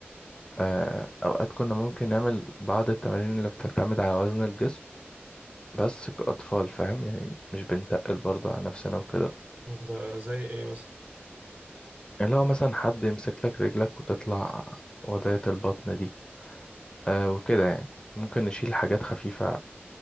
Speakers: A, on the left; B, on the right.
A: أه أوقات كنا ممكن نعمل بعض التمارين اللي بتعتمد على وزن الجسم بس كأطفال فاهم يعني مش بنتقل برضه على نفسنا وكده
B: ده زي ايه مثلا
A: اللي هو مثلا حد يمسك لك رجلك وتطلع وضعية البطن دي أه وكده يعني ممكن نشيل حاجات خفيفة